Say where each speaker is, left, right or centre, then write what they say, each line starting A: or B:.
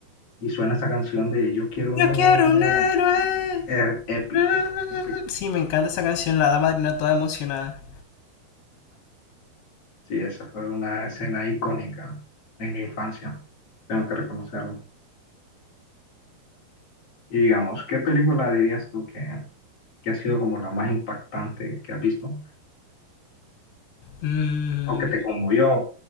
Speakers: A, on the left; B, on the left.
A: y suena esa canción de Yo quiero
B: Yo
A: un héroe
B: quiero un héroe.
A: Eh, épico,
B: Mm.
A: épico.
B: Sí, me encanta esa canción, la dama madrina toda emocionada.
A: Sí, esa fue una escena icónica en mi infancia, tengo que reconocerlo. Y digamos, ¿qué película dirías tú que, que ha sido como la más impactante que has visto
B: Mm.
A: o que te conmovió?